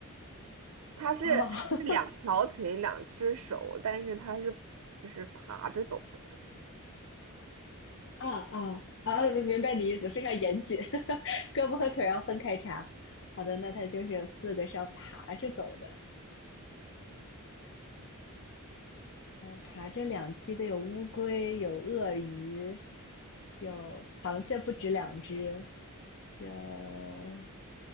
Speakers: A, on the right; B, on the left.
A: 它是它是两条腿，
B: 啊，<laughs>
A: 两只手，但是它是就是爬着走的，
B: 啊啊啊！明白你意思，非常严谨，<laughs> 胳膊和腿儿要分开查。好的，那它就是有四个是要爬着走的，爬着两栖的有乌龟，有鳄鱼，有螃蟹，不止两只，有